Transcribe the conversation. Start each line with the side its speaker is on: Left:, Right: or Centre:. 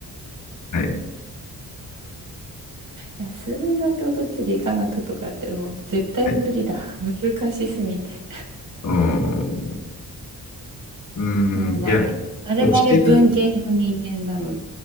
Left: はい。
Right: いや、数学、物理、科学とかってもう絶対無理だ。
Left: はい。
Right: 難しすぎて。
Left: うん。う
Right: もうま、
Left: ん、いや、
Right: まるまる文系の人間なので。
Left: 教える。